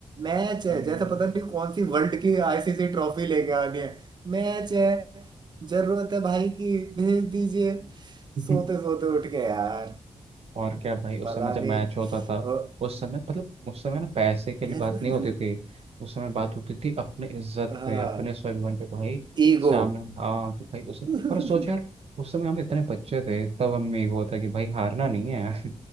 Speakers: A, on the right; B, on the right.
A: मैच
B: हम्म।
A: है जैसा पता नहीं कौन सी वर्ल्ड की आईसीसी ट्रॉफी लेके आनी है मैच है जरूरत है भाई की भेज दीजिए
B: <laughs>
A: सोते सोते उठ के यार
B: और क्या भाई उस
A: पता
B: समय जब
A: नहीं
B: मैच होता था
A: ओ,
B: उस समय मतलब उस समय ना पैसे के
A: <laughs>
B: लिए बात नहीं होती थी उस समय बात होती थी अपने इज्जत
A: हाँ
B: पे अपने स्वाभिमान पे भाई
A: ईगो
B: सामने हाँ कि भाई उसे
A: <laughs>
B: और सोच यार उस समय हम इतने बच्चे थे तब हमें ये होता कि भाई हारना नहीं है <laughs>